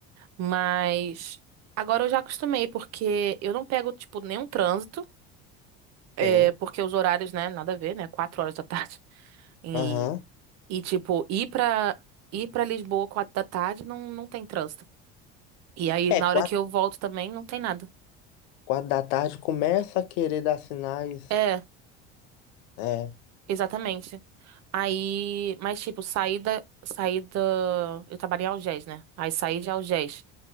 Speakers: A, on the right; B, on the left.
A: mas agora eu já acostumei porque eu não pego tipo nenhum trânsito, é,
B: Sim.
A: porque os horários, né, nada a ver, né, quatro horas da tarde. <laughs> E,
B: Aham.
A: e tipo, ir pra ir para Lisboa quatro da tarde não não tem trânsito. E aí na
B: É,
A: hora
B: quatro,
A: que eu volto também não tem nada.
B: quatro da tarde começa a querer dar sinais.
A: É,
B: É,
A: exatamente. Aí, mas tipo, saída, saída, eu trabalhei em Algés, né? Aí saí de Algés